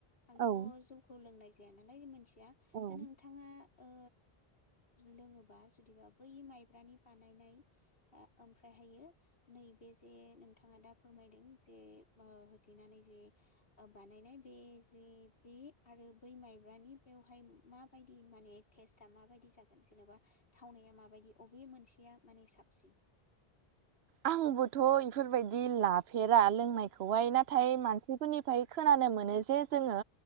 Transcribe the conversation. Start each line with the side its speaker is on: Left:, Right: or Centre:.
Left: आंथ'
Right: औ
Left: जौखौ लोंनाय जाया नालाय मिथिया
Right: औ
Left: दा नोंथाङा ओ लोङोबा जुदिबा बै माइब्रानि बानायनाय ओमफ्रायहायो नैबे जे नोंथाङा दा फोरमायदों जे होथेनानै जे बानायनाय बे जे बे आरो बै माइब्रानि बेवहाय माबायदि माने टेस्टा माबायदि जागोन जेनेबा थावनाया माबायदि बबे मोनसेया माने साबसिन
Right: आंबोथ' इफोरबायदि लाफेरा लोंनायखौहाय नाथाय
Left: औ
Right: मानसिफोरनि फ्राय खोनानो मोनो जे जोङो